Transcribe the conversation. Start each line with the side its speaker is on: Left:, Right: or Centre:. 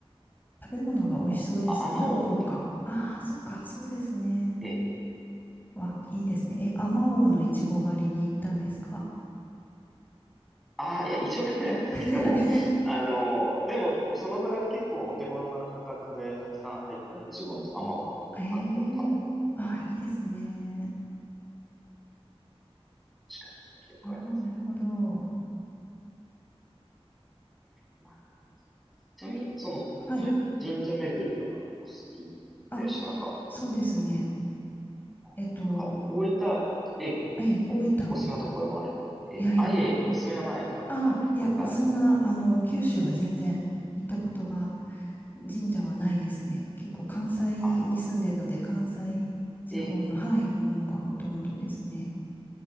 Left: 食べ物が美味しそうですね、
Centre: かあ、あまおうが多分、
Left: 福岡。ああ、そっか、そうですね。
Centre: え、
Left: わ、いいですね。え、あまおうのいちご狩りに行ったんですか
Centre: ああ、いや、一応入らないですけども、
Left: <laughs> 出ない
Centre: あのでも、そのぐらい結構お手頃な価格でたくさん入ったイチゴの甘をパックを食べて
Left: <laughs> ええああ、いいですね。
Centre: 美味しかった記憶があります。
Left: ああ、なるほど。
Centre: まあちなみに、その、
Left: はい。
Centre: そういう神社巡りがお好きでした。
Left: あ、
Centre: なんか、
Left: そうですね。
Centre: あなんか、
Left: えっと、
Centre: こういった、ええ、
Left: え、大分。
Centre: おすすめなところもあれば、ええ、
Left: いやいや、
Centre: あ、いえいえ、おすすめのないか、
Left: ああ、
Centre: ところがあれば、
Left: いや、そんな、あの、九州は全然行ったことが、神社はないですね。結構関西に住んでるので、
Centre: ああ、
Left: 関西地方の、
Centre: ええ、
Left: はい、ものがほとんどですね。